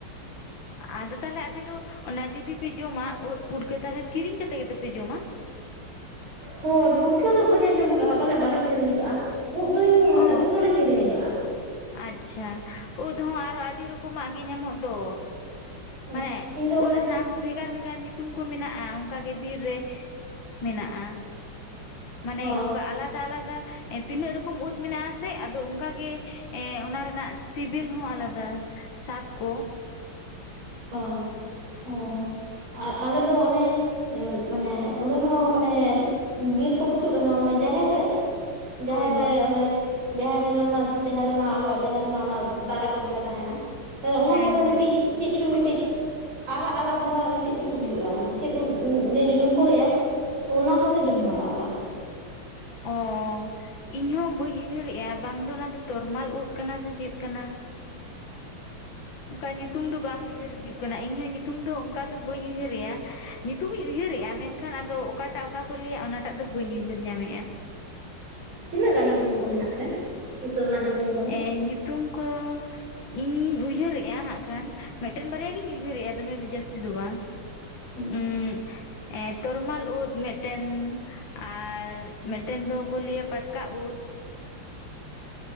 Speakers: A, on the left (about 65°); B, on the right (about 70°).
A: ᱟᱫᱚ ᱛᱟᱦᱚᱞᱮ ᱟᱯᱮ ᱫᱚ ᱚᱱᱟ ᱡᱩᱫᱤ ᱯᱮ ᱡᱚᱢᱟ ᱩᱫ ᱯᱷᱩᱴᱠᱟᱹ ᱛᱟᱦᱚᱞᱮ ᱠᱤᱨᱤᱧ ᱠᱟᱛᱮ ᱜᱮᱛᱚᱯᱮ ᱡᱚᱢᱟ
B: ᱦᱳᱭ ᱯᱷᱩᱴᱠᱟᱹ ᱫᱚ ᱵᱟᱹᱧ ᱟᱸᱡᱚᱢ ᱟᱠᱟᱟᱜᱼᱟ ᱯᱟᱞᱮᱫ ᱵᱟᱞᱮ ᱠᱤᱨᱤᱧ ᱟᱠᱟᱟᱜᱼᱟ ᱩᱫ ᱫᱚᱧ ᱢᱟᱱᱮ
A: ᱚ
B: ᱩᱫ ᱫᱚᱞᱮ ᱠᱤᱨᱤᱧ ᱟᱠᱟᱟᱜᱼᱟ
A: ᱟᱪᱪᱷᱟ ᱩᱫ ᱦᱚᱸ ᱟᱨᱚ ᱟᱹᱰᱤ ᱨᱚᱠᱚᱢᱟᱜ ᱜᱮ ᱧᱟᱢᱚᱜ ᱫᱚ
B: ᱦᱳᱭ
A: ᱢᱟᱱᱮ
B: ᱤᱧ ᱫᱚ
A: ᱩᱫ
B: ᱚᱱᱮ
A: ᱨᱮᱱᱟᱜ ᱦᱚᱸ ᱵᱷᱮᱜᱟᱨ ᱵᱷᱮᱜᱟᱨ ᱧᱩᱛᱩᱢ ᱠᱚ ᱢᱮᱱᱟᱜᱼᱟ ᱚᱱᱠᱟ ᱵᱤᱨ ᱨᱮ ᱢᱮᱱᱟᱜᱼᱟ ᱢᱟᱱᱮ
B: ᱚ
A: ᱚᱱᱠᱟ ᱟᱞᱟᱫᱟ ᱟᱞᱟᱫᱟ ᱛᱤᱱᱟᱹᱜ ᱨᱚᱠᱚᱢ ᱩᱫ ᱢᱮᱱᱟᱜᱥᱮ ᱟᱫᱚ ᱚᱱᱠᱟᱜᱮ ᱮ ᱚᱱᱟ ᱨᱮᱱᱟᱜ ᱥᱤᱵᱤᱞ ᱦᱚᱸ ᱟᱞᱟᱫᱟ ᱥᱟᱛ ᱠᱚ
B: ᱚ ᱚ
A: ᱦᱮᱸ
B: ᱟᱨ ᱟᱞᱮ ᱫᱚ ᱚᱱᱮ ᱢᱟᱱᱮ ᱱᱚᱸᱰᱮ ᱦᱚᱸ ᱢᱟᱱᱮ ᱵᱤᱨ ᱠᱚ ᱵᱟᱹᱪᱩᱜ ᱨᱮᱦᱚᱸ ᱢᱟᱱᱮ ᱡᱟᱦᱮᱨ ᱨᱮ ᱡᱟᱦᱮᱨ
A: ᱦᱳᱭ
B: ᱨᱮ
A: ᱦᱳᱭ
B: ᱚᱱᱰᱮ ᱡᱟᱦᱮᱨ ᱨᱮ ᱢᱟᱱᱮ ᱢᱟ ᱡᱟᱦᱮᱨ ᱨᱮᱢᱟ ᱟᱵᱚᱣᱟᱜ ᱡᱟᱦᱮᱨ ᱨᱮᱢᱟ ᱚᱱᱟ ᱫᱟᱨᱮ ᱠᱚ ᱫᱚᱢᱮ ᱛᱟᱦᱮᱱᱟ ᱛᱟᱦᱞᱮ ᱚᱱᱟ
A: ᱦᱮᱸ
B: ᱠᱚᱨᱮ
A: ᱦᱮᱸ
B: ᱢᱤᱫᱴᱤᱡ ᱪᱮᱫ ᱪᱚ ᱢᱤᱫᱴᱤᱡ ᱟᱨᱟᱜ ᱟᱨᱟᱜ ᱫᱷᱟᱨᱟ ᱢᱤᱫᱴᱤᱡ ᱩᱫ ᱦᱩᱭᱩᱜᱼᱟ ᱪᱮᱫ ᱩᱫ ᱧᱩᱛᱩᱢ ᱠᱚ ᱞᱟᱹᱭᱟ ᱚᱱᱟ ᱠᱚᱞᱮ ᱡᱚᱢ ᱵᱟᱲᱟ ᱟᱠᱟ-ᱟᱜᱼᱟ
A: ᱚ ᱤᱧ ᱦᱚᱸ ᱵᱟᱹᱧ ᱩᱭᱦᱟᱹᱨᱮᱫᱼᱟ ᱵᱟᱝ ᱫᱚ ᱚᱱᱟ ᱫᱚ ᱛᱚᱨᱢᱟᱞ ᱩᱫ ᱠᱟᱱᱟ ᱥᱮ ᱪᱮᱫ ᱠᱟᱱᱟ
B: ᱸ <inaudible>
A: ᱚᱱᱠᱟ ᱧᱩᱛᱩᱢ ᱫᱚ ᱵᱟᱝ ᱩᱭᱦᱟᱹᱨ ᱦᱤᱡᱩᱜ ᱠᱟᱱᱟ ᱤᱧᱟᱹᱜ ᱧᱩᱛᱩᱢ ᱫᱚ ᱚᱠᱟ ᱫᱚ ᱵᱟᱹᱧ ᱩᱭᱦᱟᱹᱨᱮᱫᱼᱟ ᱧᱩᱛᱩᱢᱤᱧ ᱩᱭᱦᱟᱹᱨᱮᱜᱼᱟ ᱢᱮᱱᱠᱷᱟᱱ ᱟᱫᱚ ᱚᱠᱟᱴᱟᱜ ᱚᱠᱟ ᱠᱚ ᱞᱟᱹᱭᱟ ᱚᱱᱟᱴᱟᱜ ᱫᱚ ᱵᱟᱹᱧ ᱩᱭᱦᱟᱹᱨᱫᱟ ᱧᱟᱢᱮᱫᱼᱟ
B: ᱛᱤᱱᱟᱹᱜ ᱜᱟᱱ ᱧᱩᱛᱩᱢ ᱠᱚ ᱦᱮᱱᱟᱜ ᱛᱮ ᱨᱮᱱᱟᱜ ᱧᱩᱛᱩᱢ ᱠᱚᱫᱚ
A: ᱮᱸ ᱧᱩᱛᱩᱢ ᱠᱚ ᱤᱧ ᱩᱭᱦᱟᱹᱨᱮᱫᱼᱟ ᱦᱟᱸᱜ ᱠᱷᱟᱱ ᱢᱤᱫᱴᱮᱱ ᱵᱟᱨᱭᱟ ᱜᱤᱧ ᱩᱭᱦᱟᱹᱨᱮᱫᱼᱟ ᱫᱚᱢᱮ ᱡᱟᱹᱥᱛᱤ ᱫᱚ ᱵᱟᱝ
B: ᱦᱮᱸ
A: ᱩᱸ ᱛᱚᱨᱢᱟᱞ ᱩᱫ ᱢᱤᱫᱴᱮᱱ ᱟᱨ ᱢᱤᱫᱴᱮᱱ ᱫᱚᱠᱚ ᱞᱟᱹᱭᱟ ᱯᱟᱴᱠᱟ ᱩᱫ
B: ᱦ <inaudible>